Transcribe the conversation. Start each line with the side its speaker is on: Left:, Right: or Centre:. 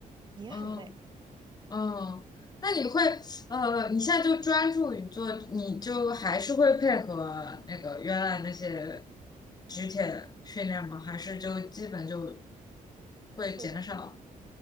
Right: 也很累。
Left: 嗯。嗯，那你会呃，你现在就专注于做，你就还是会配合那个原来那些举铁训练吗？还是就基本就
Right: 会
Left: 会减少？
Right: 会的，